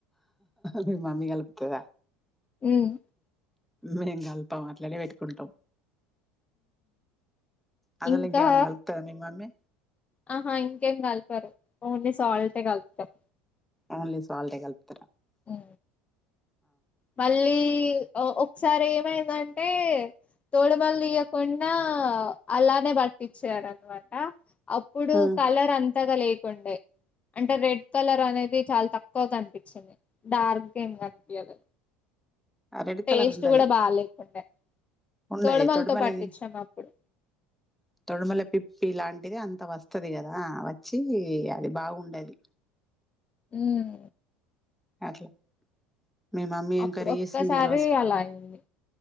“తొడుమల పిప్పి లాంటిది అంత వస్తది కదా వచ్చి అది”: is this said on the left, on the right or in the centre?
Centre